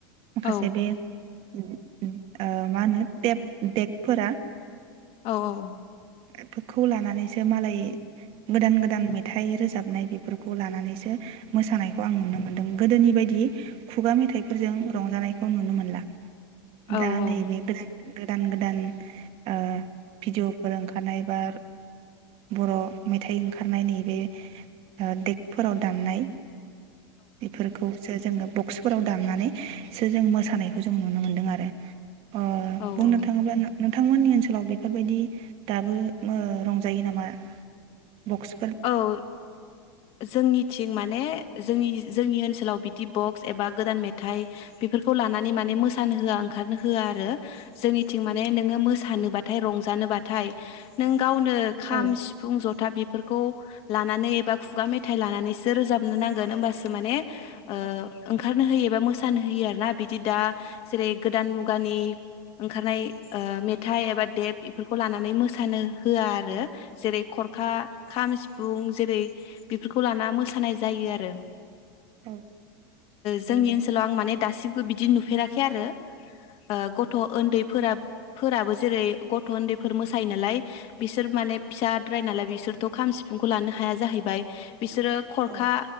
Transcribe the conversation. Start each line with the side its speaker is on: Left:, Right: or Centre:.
Right: माखासे
Left: औ
Right: बे ओम ओम आ मा होनो जेबो देखफोरा
Left: औ औ औ
Right: एफोरखौ लानानैसो मालाय गोदान गोदान मे थाइ रोजाबनाय बेफोरखौ लानानैसो मोसानायखौ आं नुनो मोन्दों। गोदोनि बायदि खुगा मेथाइफोरजों रंजानायखौ नुनो मोनला।
Left: औ
Right: दा नै बे गोदान गोदान गोदान ओ भिडिअ'फोर ओंखारनाय बा बर' मेथाइ ओंखारनायनि बे ओ देकफोराव दामनाय बेफोरखौसो जोङो बुं बक्सफोराव दामनानैसो जों मोसानायखौ जों नुनो मोन्दों आरो। अ
Left: औ
Right: बुंनो थाङोब्ला नों नोंथांमोननि ओनसोलाव बेफोर बायदि दाबो रंजायो नामा बक्स
Left: औ जोंनिथिं माने जों जोंनि ओनसोलाव बिदि बक्स एबा गोदान मेथाइ बेफोर खौ लानानै माने
Right: औ
Left: मोसानो होआ ओंखारनो होआ आरो जोंनि थिं माने नोङो मोसानोबा नाथाय रंजानोबाथाय। नों गावनो खाम,
Right: औ
Left: सिफुं, जथा, बि फोरखौ लानानै एबा खुगा मेथाइ लानानैसो रोजाबनो नांगोन होमबासो माने। ओ
Right: औ
Left: ओंखारनो होयो एबा मोसानो होयो आरोना ना बिदि दा जेरै गोदान मुगानि ओंखारनाय ओ मेथाइ एबा थेब बेफोरखौ लानानै मोसानो होआ आरो जेरै खरखा खाम, सिफुं जेरै बेफोरखौ लाना मोसानाय। जायो आरो
Right: औ नंगौ
Left: जोंनि
Right: नोंथां
Left: ओनसोलाव आं माने दासिमबो बिदि नुफेराखै आरो ओ गथ' उन्दैफोरा फोराबो जेरै गथ' उन्दैफोर मोसायो नालाय बिसोर माने फिसाद्राय नालाय बिसोर थ' खाम सिफुंखौ लानो हाया जाहैबाय बिसोरो खरखा
Right: औ